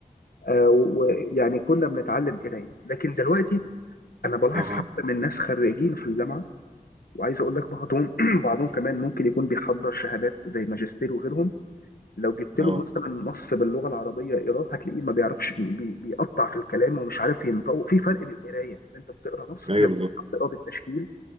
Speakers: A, on the left (about 80°); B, on the right (about 40°).
A: آه، ويعني كنا بنتعلم قرايه لكن دلوقتي انا بلاحظ
B: اه
A: حتى من ناس خريجين في الجامعه وعايز اقول لك بعضهم <clears throat> بعضهم كمان ممكن يكون بيحضر شهادات زي ماجستير وغيرهم لو جبت له
B: اه
A: مثلا نص باللغه العربيه اقراه هتلاقيه ما بيعرفش بي بيقطع في الكلام ومش عارف ينطوق في فرق من القرايه ان انت بتقرا نص
B: ايوه
A: في
B: بالظبط
A: بتقراه بالتشكيل